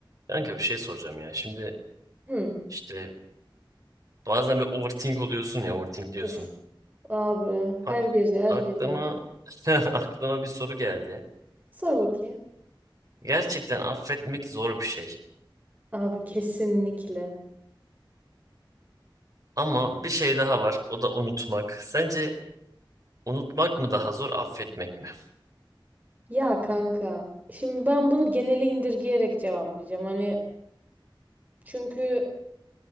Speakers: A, on the right; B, on the right.
A: Kanka bir şey soracağım ya. Şimdi
B: Hı.
A: işte bazen bir overthink oluyorsun ya overthink diyorsun.
B: Uf abi
A: Ak-
B: her gece her
A: aklıma
B: gece.
A: <laughs> aklıma bir soru geldi.
B: Sor bakayım.
A: Gerçekten affetmek zor bir şey.
B: Abi kesinlikle.
A: Ama bir şey daha var. O da unutmak. Sence unutmak mı daha zor, affetmek mi?
B: Ya kanka şimdi ben bunu geneli indirgeyerek cevaplayacağım. Hani çünkü